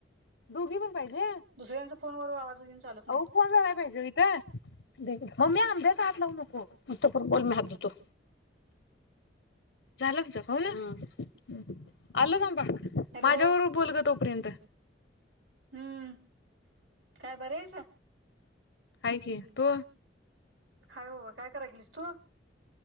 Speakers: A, on the left (about 65°); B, on the right (about 80°).
A: दोघी पण पाहिजे?
B: दुसऱ्यांच्या फोनवर आवाज घेऊन चालत नाही
A: अहो फोन लावाय पाहिजे इथं? <unintelligible> मम्मी आंब्याच हात लावू नको <unintelligible> बोल मी हात धुतो. झालं तुझं कॉल? हां हम्म. आलो थांबा.
B: हॅलो
A: माझ्याबरोबर बोल गं तोपर्यंत
B: हम्म काय बरी आहेस?
A: हाय की तू?
B: हाय बाबा काय कराय गेलीस तू?